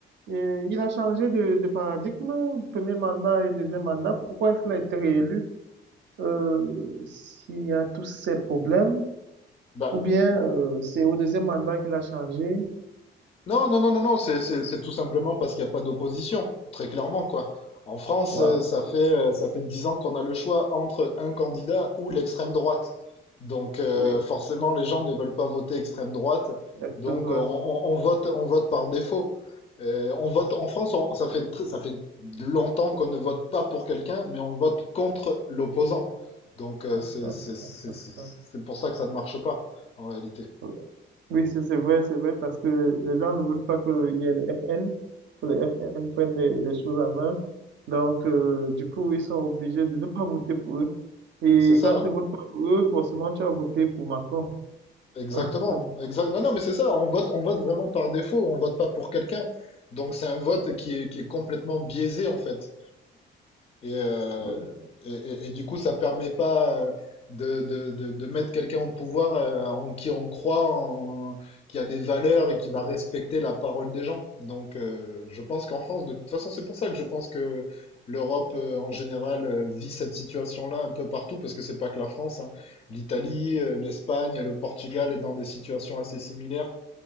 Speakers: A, on the right (about 65°); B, on the left (about 30°).
A: Et il a changé de, de paradigme, premier mandat et deuxième mandat. Pourquoi est-ce qu'il a été réélu? euh, s'il y a tous ces problèmes,
B: Bah,
A: ou bien euh, c'est au deuxième mandat qu'il a changé.
B: Non, non, non, non, non, c'est c'est- c'est tout simplement parce qu'il n'y a pas d'opposition, très clairement, quoi. En France,
A: Voilà,
B: euh, ça fait, euh, ça fait 10 ans qu'on a le choix entre un candidat ou l'extrême droite. Donc, euh,
A: oui,
B: forcément, les gens ne veulent pas voter extrême droite.
A: extrême
B: Donc,
A: droite.
B: euh, on, on- on vote, on vote par défaut. Euh, on vote, en France, on- ça fait, tr- ça fait longtemps qu'on ne vote pas pour quelqu'un, mais on vote contre l'opposant. Donc, euh, c'est
A: Ah,
B: c'est- c'est- c'est-
A: ah,
B: c'est pour ça que ça ne marche pas, en réalité.
A: Oui, <laughs> Oui, c'est c'est vrai, c'est vrai, parce que les gens ne veulent pas que il y ait le FN, que le FN prenne les, les choses en main. Donc, euh, du coup, ils sont obligés de ne pas voter pour eux. Et
B: C'est ça.
A: quand tu ne votes pas pour eux, forcément, tu as voté pour Macron.
B: Exactement,
A: <laughs>
B: exact. Non, non, mais c'est ça, on vote, on vote vraiment par défaut, on vote pas pour quelqu'un. Donc c'est un vote qui est, qui est complètement biaisé en fait. Et, euh,
A: Oui,
B: et, et- et du coup, ça permet pas euh, de, de, de, de mettre quelqu'un au pouvoir euh, en qui on croit, en, qui a des valeurs et qui va respecter la parole des gens. Donc, euh, je pense qu'en France, de toute façon, c'est pour ça que je pense que l'Europe euh, en général euh, vit cette situation-là un peu partout, parce que c'est pas que la France, hein. L'Italie, euh, l'Espagne, le Portugal est dans des situations assez similaires.